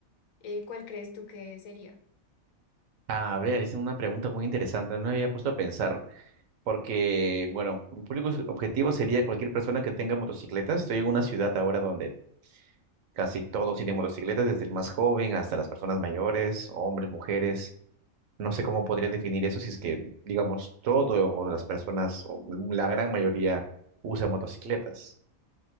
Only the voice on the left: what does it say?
eh, ¿cuál crees tú que sería?